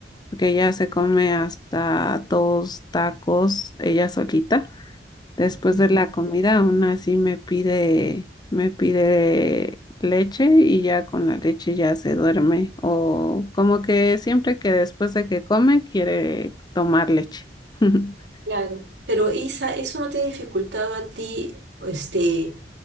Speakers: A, on the left; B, on the right.
A: porque ella se come hasta dos tacos ella solita. Después
B: Ujú.
A: de la comida, aún así me pide, me pide leche y ya con la leche ya se duerme. O como que siempre que después de que come quiere tomar leche. <laughs>
B: Claro. Pero Isa, ¿eso no te ha dificultado a ti, este,